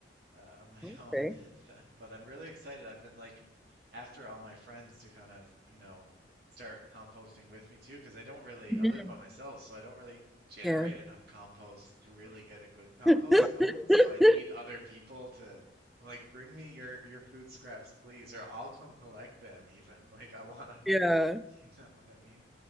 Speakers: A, on the right; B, in the centre.
A: uh, on my <laughs>
B: okay.
A: own. And, uh, but I'm really excited. I've been like after all my friends to kind of, you know, start composting with me too, because I don't really,
B: Mhm.
A: I live by myself, so I don't really generate
B: Yeah.
A: enough compost to really get a good compost
B: <laughs>
A: going. So I need other people to, I'm like, bring me your your food scraps, please, or I'll come collect them even. <laughs> Like I wanna,
B: Yeah.
A: <laughs> you know what I mean?